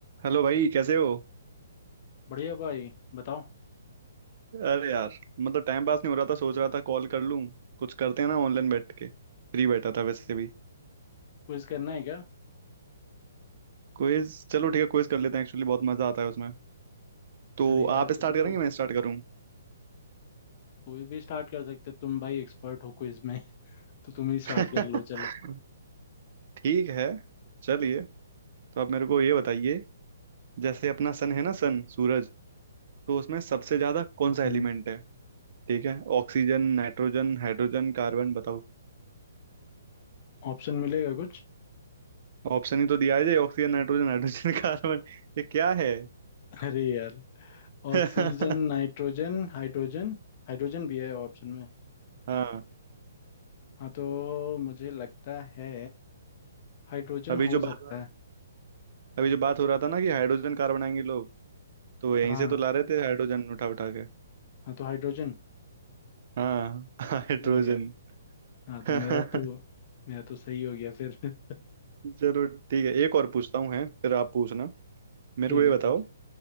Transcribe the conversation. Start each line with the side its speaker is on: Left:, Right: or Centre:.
Right: Hello भाई कैसे हो
Left: बढ़िया भाई बताओ
Right: अरे यार मतलब टाइम पास नहीं हो रहा था सोच रहा था कॉल कर लूं कुछ करते हैं ना ऑनलाइन बैठ के फ्री बैठा था वैसे भी
Left: क्विज करना है क्या
Right: क्विज चलो ठीक है क्विज कर लेते हैं एक्चुअली बहुत मजा आता है उसमें तो
Left: अरे यार
Right: आप स्टार्ट
Left: तुम
Right: करेंगे
Left: तो
Right: मैं स्टार्ट करूं
Left: कोई भी स्टार्ट कर सकते हो तुम भाई एक्सपर्ट हो क्विज में <laughs> तो तुम ही
Right: <laughs>
Left: स्टार्ट कर लो चलो
Right: ठीक है चलिए तो आप मेरे को ये बताइए जैसे अपना सन है ना सन सूरज तो उसमें सबसे ज्यादा कौन सा एलिमेंट
Left: हम्म
Right: है ठीक है ऑक्सीजन नाइट्रोजन हाइड्रोजन कार्बन बताओ
Left: ऑप्शन मिलेगा कुछ
Right: ऑप्शन ही तो दिया है ऑक्सीजन नाइट्रोजन हाइड्रोजन <laughs> कार्बन ये क्या है
Left: <laughs> अरे यार
Right: <laughs>
Left: Oxygen
Right: कार्बन
Left: nitrogen hydrogen हाइड्रोजन भी है ऑप्शन में
Right: हाँ
Left: हाँ तो मुझे लगता है हाइड्रोजन
Right: अभी
Left: हो
Right: जो
Left: सकता
Right: बात
Left: है
Right: अभी जो बात हो रहा था ना कि हाइड्रोजन कार बनाएंगे लोग तो यहीं
Left: हाँ
Right: से तो ला रहे थे हाइड्रोजन उठा उठा के
Left: हाँ तो हाइड्रोजन
Right: हाँ <laughs> हाइड्रोजन
Left: अरे यार हाँ
Right: <laughs>
Left: तो मेरा तो मेरा तो सही हो गया फिर <laughs>
Right: चलो ठीक है एक और पूछता हूँ है फिर आप पूछना मेरे
Left: ठीक
Right: को ये
Left: है
Right: बताओ
Left: ठीक है